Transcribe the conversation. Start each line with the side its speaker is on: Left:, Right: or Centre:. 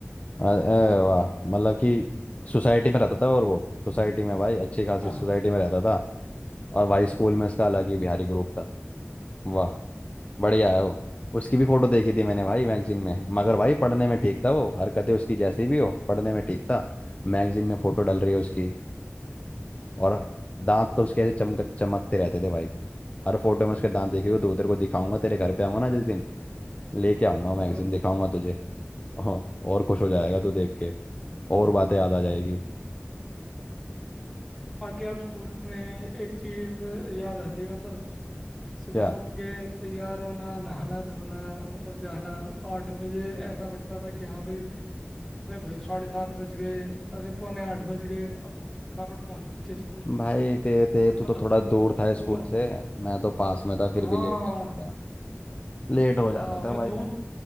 Left: अरे वाह मतलब कि सोसाइटी
Centre: <laughs>
Left: में रहता था और वो सोसाइटी में भाई अच्छी खासी
Centre: हाँ
Left: सोसाइटी में रहता था और भाई स्कूल में इसका अलग ही बिहारी ग्रुप था वाह बढ़िया है वो उसकी भी फोटो देखी थी मैंने भाई मैगजीन में मगर भाई पढ़ने में ठीक था वो हरकतें उसकी जैसी भी हो पढ़ने में ठीक था मैगजीन में फोटो डल रही है उसकी और दांत तो उसके ऐसे चमक चमकते रहते थे भाई हर फोटो में उसके दांत देखेगा तो तेरे को दिखाऊंगा तेरे घर पे आऊंगा ना जिस दिन लेके आऊंगा मैगजीन
Centre: हाँ
Left: दिखाऊंगा तुझे हाँ, और खुश हो जाएगा तू देख के और बातें याद आ जाएगी
Centre: बाकी यार स्कूल में एक चीज याद आती है मतलब सुबह
Left: क्या
Centre: उठ के तैयार होना नहाना धोना मतलब जाना आठ बजे ऐसा लगता था कि हाँ भाई अरे भाई साढ़े सात बज गए अरे पौने आठ बज गए अब फटाफट पहुंचे स्कूल
Left: भाई ते ते तू
Centre: मतलब
Left: तो थोड़ा दूर
Centre: वो
Left: था
Centre: वो
Left: स्कूल से मैं तो पास में था
Centre: हाँ
Left: फिर भी लेट जाता था लेट हो जाता
Centre: हाँ मैं
Left: था भाई
Centre: दूर
Left: मैं